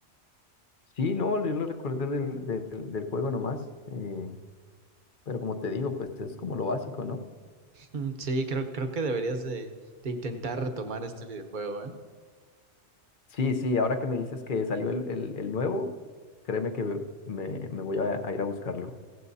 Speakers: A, on the left; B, on the right.
A: Sí, no, yo lo recordé del, del, del juego nomás, eh, pero como te digo, pues es como lo básico, ¿no?
B: Mm, Sí, creo, creo que deberías de, de intentar retomar este videojuego, ¿eh?
A: Sí, sí, ahora que me dices que salió el, el, el nuevo, créeme que me, me voy a a ir a buscarlo.